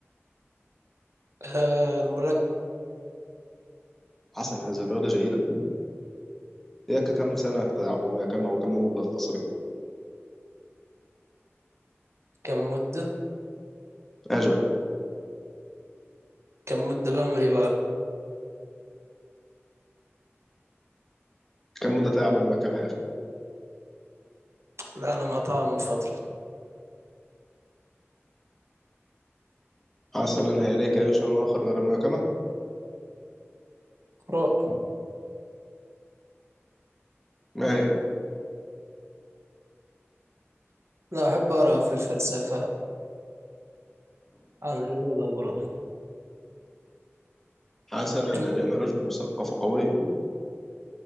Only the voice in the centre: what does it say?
حسنا هذه الرياضة جيدة إياك كم سنة تلعب الملاكمة أو كم المدة الخاصة بك؟
أجل
كم مدة تلعب الملاكمة يا أخي؟
حسنا هيداك أي شيء آخر غير الملاكمة؟
ما هي؟
حسنا
لدينا رجل مثقف وقوي